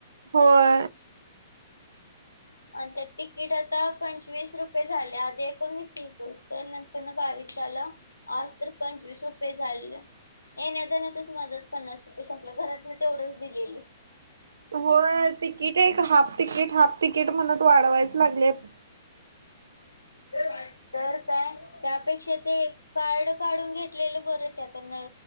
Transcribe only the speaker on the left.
आणि त्या तिकीट आता पंचवीस रुपये झाले आधी एकोणवीस रुपये उत्तर नंतर बावीस झालं. आज तर पंचवीस रुपये झालेल. येण्या जाण तरच माझाच पन्नास रुपये संपला घरात म तेवढंच दिलेले
तर काय त्यापेक्षा ते कार्ड काढून घेतलेलं बर त्या त्यांना